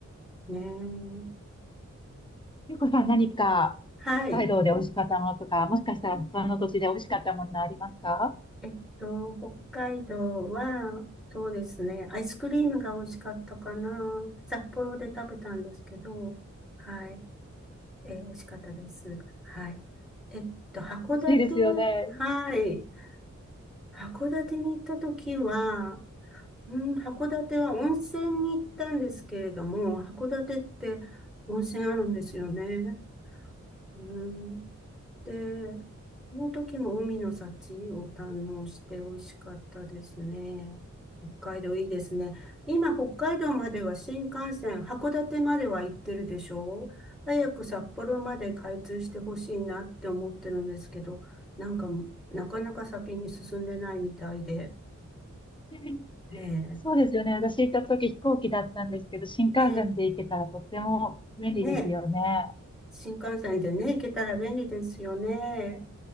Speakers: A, in the centre; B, on the left.
A: ねえ。
B: ゆうこさん何か北海道で美味しかったものとか、
A: はい。
B: もしかしたら他の土地で美味しかったものありますか
A: ええっと、北海道は、そうですね。アイスクリームが美味しかったかな。札幌で食べたんですけど、はい。えー、美味しかったです。はい。えっと、函館、
B: 欲しいですよね。
A: はい。函館に行った時は、うん、函館は温泉に行ったんですけれども、函館って温泉あるんですよね。うん。で、その時も海の幸を堪能して美味しかったですね。北海道いいですね。今、北海道までは新幹線、函館までは行ってるでしょう早く札幌まで開通してほしいなって思ってるんですけど、なんか、なかなか先に進んでないみたいで。
B: <laughs>
A: ええ、
B: そうですよね。私行った時飛行機だったんですけど、新幹線で行けたらとっても便利ですよね。
A: ええ、ねえ、新幹線でね、行けたら便利ですよね。